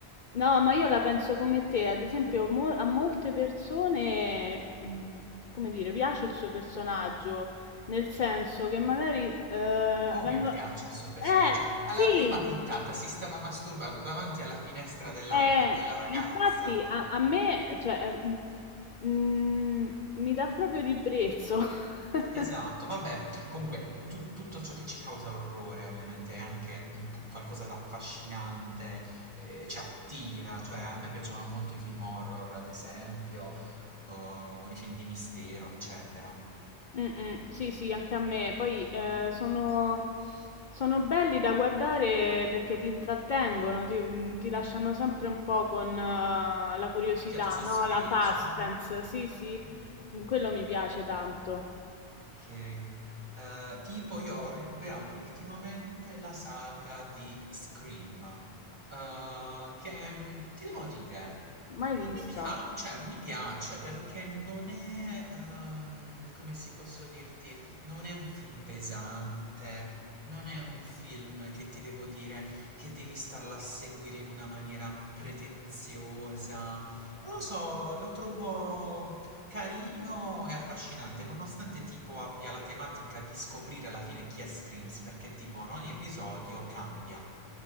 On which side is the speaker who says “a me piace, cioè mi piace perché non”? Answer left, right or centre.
Right